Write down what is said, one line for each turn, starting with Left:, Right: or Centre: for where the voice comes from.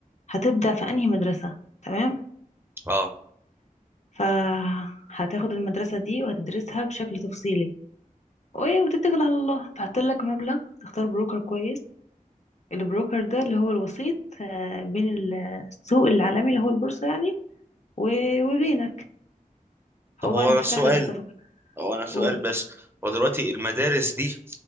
Left: هتبدأ في انهي مدرسة تمام
Right: <coughs> اه
Left: فهتاخد المدرسة دي وهتدرسها بشكل تفصيلي وايه وتتكل على الله تحط لك مبلغ تختار بروكر كويس البروكر ده اللي هو الوسيط آه، بين ال- السوق العالمي اللي هو البورصة يعني و- وبينك
Right: طب
Left: هو
Right: هو
Left: بقى اللي
Right: أنا
Left: بيفتح
Right: السؤال
Left: لك الصفقة
Right: هو انا سؤال
Left: قول
Right: بس هو دلوقتي المدارس دي